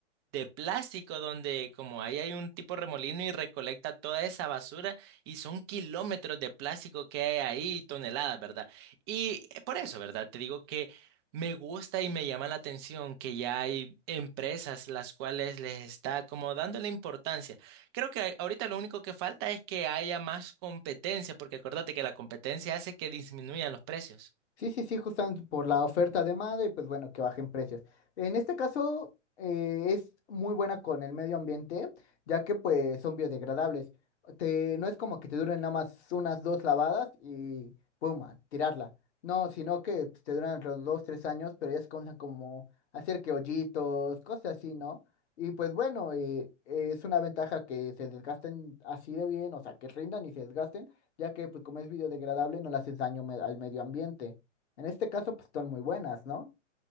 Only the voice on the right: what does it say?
de plástico donde como ahí hay un tipo remolino y recolecta toda esa basura y son kilómetros de plástico que hay ahí, toneladas, ¿verdad? Y eh, por eso, ¿verdad? Te digo que me gusta y me llama la atención que ya hay empresas las cuales les está como dando la importancia. Creo que a- ahorita lo único que falta es que haya más competencia, porque acuérdate que la competencia hace que disminuyan los precios.